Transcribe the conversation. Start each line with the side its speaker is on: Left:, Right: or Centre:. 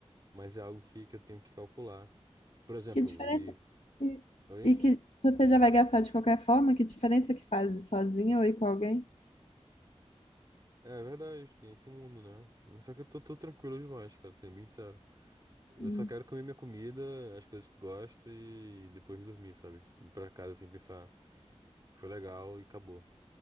Right: mas é algo que, que eu tenho que calcular. Por exemplo,
Left: Que diferença?
Right: e.
Left: E,
Right: Oi?
Left: e que se você já vai gastar de qualquer forma, que diferença que faz ir sozinha ou ir com alguém?
Right: É verdade, tem esse mundo, né? Mas só que eu tô, tô tranquilo demais, cara, sendo bem sincero. Eu
Left: Hum,
Right: só quero comer minha comida, as coisas que gosto e depois dormir, sabe? Ir pra casa sem pensar, foi legal e acabou.